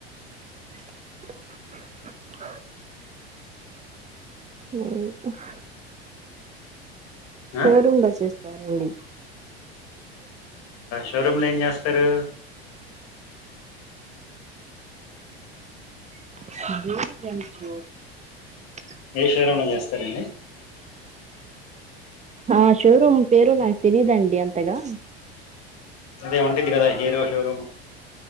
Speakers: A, on the right; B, on the left.
A: అ ఉ హు షోరూమ్
B: ఆ
A: లో చేస్తారండి
B: షో రూమ్ లో ఏం చేస్తారు
A: బ
B: ఏ షో రూమ్ లో చేస్తరండి
A: ఆ షోరూమ్ పేరు నాకు తెలీదండి అంతగా
B: అదే ఉంటది కదా హీరో షోర